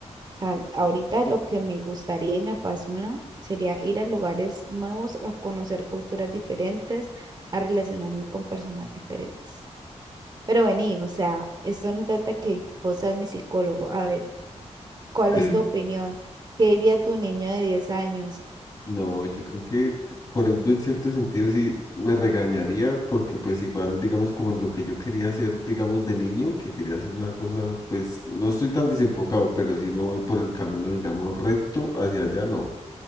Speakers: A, on the right (about 35°); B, on the left (about 35°).
A: O sea, ahorita lo que me gustaría y me apasiona sería ir a lugares nuevos, a conocer culturas diferentes, a relacionarme con personas diferentes. Pero vení, o sea, esto no se trata que vos seas mi psicólogo. A ver. ¿Cuál
B: <clears throat>
A: es tu opinión? ¿Qué diría tu niño de 10 años?
B: no, yo creo que, por ejemplo, en cierto sentido sí me regañaría porque pues igual, digamos, como en lo que yo quería hacer, digamos, de niño, que quería hacer una cosa, pues no estoy tan desenfocado, pero si no voy por el camino, digamos, recto hacia allá, no.